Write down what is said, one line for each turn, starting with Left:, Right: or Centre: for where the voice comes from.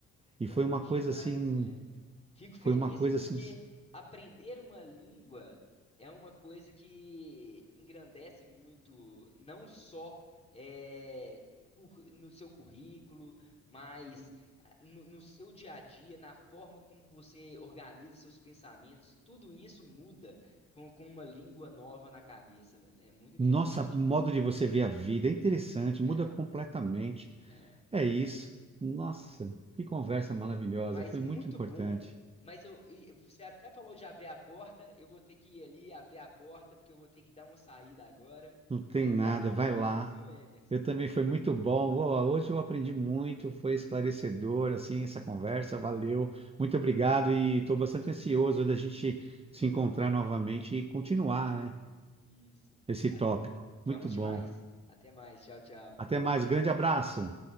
Left: Bom
Right: E foi uma
Left: demais,
Right: coisa assim,
Left: velho. Fico feliz
Right: foi uma coisa
Left: porque
Right: assim,
Left: aprender uma língua é uma coisa que engrandece muito, não só eh, cur- no seu currículo, mas ah, no, no seu dia a dia, na forma como você organiza seus pensamentos. Tudo isso muda com, com uma língua nova na cabeça, velho. É muito interessante
Right: nossa, o modo
Left: isso.
Right: de você ver a vida é interessante,
Left: É.
Right: muda completamente.
Left: é.
Right: É isso. Nossa, que conversa maravilhosa,
Left: Mas
Right: foi
Left: muito
Right: muito importante.
Left: bom. Mas eu, e você até falou de abrir a porta. Eu vou ter que ir ali abrir a porta, porque eu vou ter que dar uma saída agora.
Right: Não tem
Left: Mas
Right: nada,
Left: valeu demais,
Right: vai lá.
Left: viu, Emerson?
Right: Eu também foi muito bom. Ó, Hoje eu aprendi muito, foi esclarecedor assim essa conversa, valeu. Muito obrigado e estou bastante ansioso da gente se encontrar novamente e continuar, né,
Left: Isso.
Right: esse
Left: A-
Right: tópico. Muito
Left: Vamos
Right: bom.
Left: demais. Até mais. Tchau, tchau.
Right: Até mais, grande abraço.